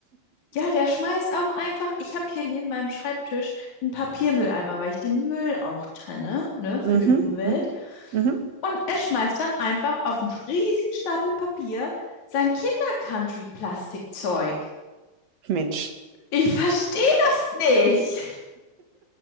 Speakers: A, on the left (about 50°); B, on the right (about 45°).
A: Ja, der schmeißt auch einfach, ich habe hier neben meinem Schreibtisch einen Papiermülleimer, weil ich den Müll auch trenne, ne, für
B: Mhm,
A: die Umwelt.
B: mhm, mhm.
A: Und er schmeißt dann einfach auf einen riesigen Stapel Papier sein Kinder-Country-Plastikzeug.
B: Mensch.
A: Ich verstehe das nicht.